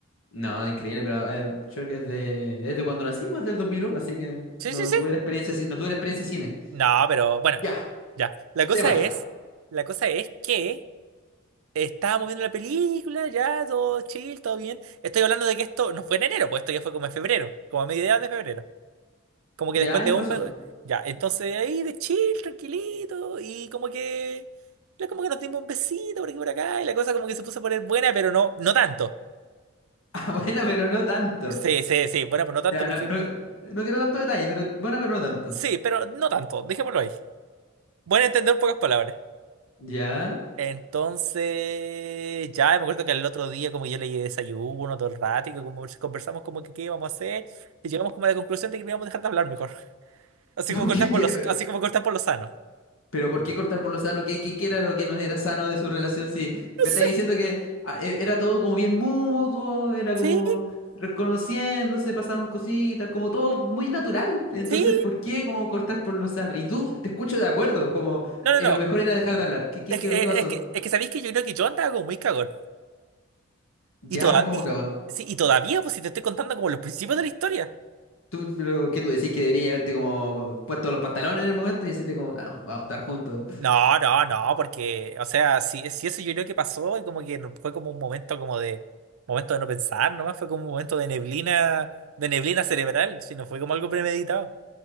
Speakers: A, on the left; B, on the right.
A: No, increíble, pero eh, Shrek es de, es de cuando nací, pues del 2001, así que
B: Sí,
A: no
B: sí, sí.
A: tuve la experiencia, ci- no tuve la experiencia cine.
B: No, pero bueno,
A: Ya,
B: ya. La cosa
A: tema.
B: es, la cosa es que estábamos viendo la película, ya, todo chill, todo bien. Estoy hablando de que esto no fue en enero, pues esto ya fue como en febrero, como a mediados de febrero. Como que
A: ¿Ya?
B: después de
A: ¿Y qué
B: un...
A: pasó?
B: be-
A: <laughs>
B: Ya, entonces ahí de chill, tranquilito, y como que... Como que nos dimos un besito por aquí y por acá, y la cosa como que se puso a poner buena, pero no, no tanto.
A: Ah, bueno, pero no tanto.
B: Sí, sí, sí. Bueno, pues no tanto
A: Ya,
B: porque...
A: no, no, no quiero tanto detalle, pero bueno, pero no tanto.
B: Sí, pero no tanto. Dejémoslo ahí. Buen entender, pocas palabras.
A: Ya.
B: Entonces, ya me acuerdo que el otro día como yo leí desayuno todo el rato y que como si conversamos como que qué íbamos a hacer y llegamos como a la conclusión de que no íbamos a dejar de hablar mejor. <laughs>
A: <laughs>
B: Así como cortar
A: ¿Qué- ya?
B: por los,
A: pero,
B: así como cortar por lo sano.
A: pero ¿por qué cortar por lo sano? ¿Qué, qué, qué era lo que no era sano de su relación? Si
B: No
A: me estáis
B: sé.
A: diciendo que ah, e- era todo como bien mutuo, era
B: Sí,
A: como reconociéndose, pasaron cositas, como todo muy natural. Entonces,
B: sí.
A: ¿por qué como cortar por lo sano? Y tú te escucho de acuerdo, como
B: No,
A: eh,
B: no, no.
A: lo mejor era dejar de hablar. ¿Qué, qué,
B: Es
A: qué,
B: que, eh,
A: qué pasó?
B: es que, es que sabéis que yo creo que yo andaba como muy cagón.
A: Ya,
B: Y, toda,
A: pues como
B: y,
A: cagón.
B: sí, y todavía, pues si te estoy contando como los principios de la historia.
A: ¿Tú, pero, qué tú decís que debería haberte como puesto los pantalones en el momento y decirle como, no, vamos a estar juntos?
B: No, no, no, porque, o sea, si, si eso yo creo que pasó y como que no- fue como un momento como de, momento de no pensar, nomás fue como un momento de neblina, de neblina cerebral, si no fue como algo premeditado.